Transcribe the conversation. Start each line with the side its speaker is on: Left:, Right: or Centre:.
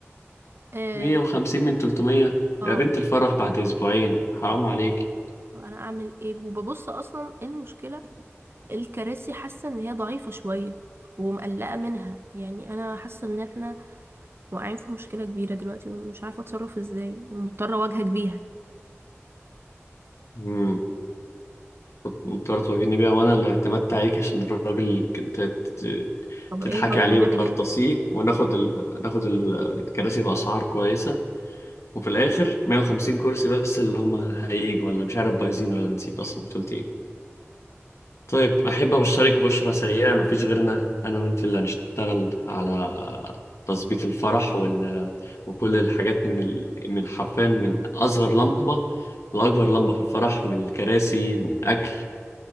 Right: اه
Left: 150 من 300
Right: اه
Left: يا بنت الفرح بعد اسبوعين حرام عليك
Right: طب انا اعمل ايه وببص اصلا إيه المشكلة الكراسي حاسة ان هي ضعيفة شوية ومقلقة منها يعني انا حاسة ان احنا واقعين في مشكلة كبيرة دلوقتي ومش عارفة اتصرف ازاي ومضطرة اواجهك بيها
Left: امم مضطر تواجهني بيها وانا اللي اعتمدت عليك عشان الراجل ك- ت- ت-
Right: طب
Left: تضحكي
Right: ايه طيب
Left: عليه
Right: هنعمل
Left: وتقرطسيه
Right: ايه
Left: وناخد ال... ناخد ال- الكراسي باسعار كويسه وفي الاخر 150 كرسي بس اللي هم هيجوا ولا مش عارف بايزين ولا نسيت اصلا قلت إيه؟ طيب أحب أبشرك بشرى سيئة مفيش غيرنا أنا وأنت اللي هنشتغل على تظبيط الفرح وال... وكل الحاجات من ال... من حرفيا من أصغر لمبة لأكبر لمبة في الفرح من الكراسي من الأكل